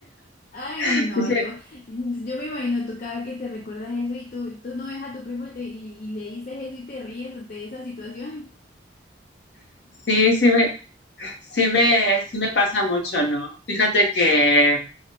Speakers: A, on the left (about 50°); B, on the left (about 65°).
A: Ay,
B: <laughs>
A: no,
B: Dice,
A: yo, yo me imagino tú cada vez que te recuerdas eso y tú, tú no ves a tu primo y, te- y, y le dices eso y te ríes de esas situaciones.
B: sí, sí me, sí me, sí me pasa mucho, ¿no? Fíjate que